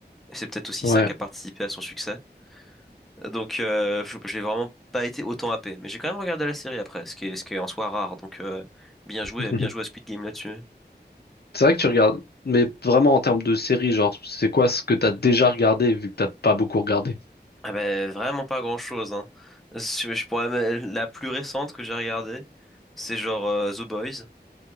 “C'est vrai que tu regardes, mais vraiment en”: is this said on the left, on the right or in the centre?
Left